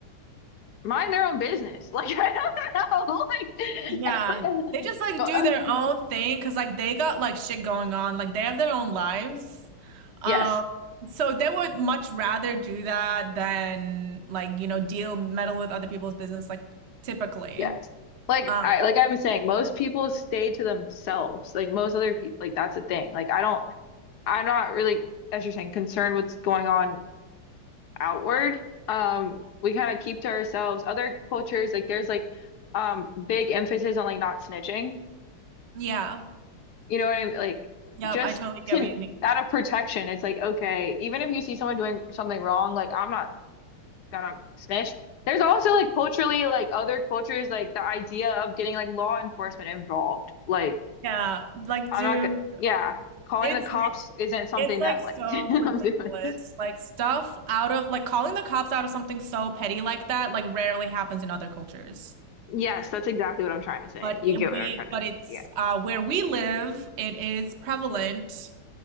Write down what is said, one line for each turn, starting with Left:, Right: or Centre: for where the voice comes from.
Left: mind their own business. <laughs> Like I don't know, <laughs>
Right: Yeah,
Left: like every,
Right: they just like
Left: but,
Right: do
Left: um,
Right: their own thing because like they got like shit going on. Like they have their own lives. Um,
Left: yes.
Right: so they would much rather do that than like, you know, deal meddle with other people's business like typically.
Left: Yes. Like
Right: Um,
Left: I like I'm saying, most people stay to themselves. Like most other people, like that's a thing. Like I don't, I'm not really, as you're saying, concerned what's going on outward. Um, we kind of keep to ourselves. Other cultures, like there's like um big emphasis on like not snitching.
Right: yeah.
Left: You know what I mean? Like
Right: Yep,
Left: just
Right: I totally get
Left: to,
Right: what you mean.
Left: out of protection, it's like okay, even if you see someone doing something wrong, like I'm not I don't snitch. There's also like culturally, like other cultures, like the idea of getting like law enforcement involved. Like
Right: Yeah, like
Left: I'm
Right: dude,
Left: not gonna, yeah, calling
Right: it's
Left: the cops
Right: rid-
Left: isn't something
Right: it's
Left: that
Right: like so
Left: like <laughs> I'm
Right: ridiculous.
Left: doing.
Right: Like stuff out of like calling the cops out of something so petty like that like rarely happens in other cultures.
Left: Yes, that's exactly what I'm trying to say.
Right: But
Left: You
Right: it-
Left: get
Right: we,
Left: what I'm trying to,
Right: but it's
Left: yeah.
Right: uh, where we live, it is prevalent.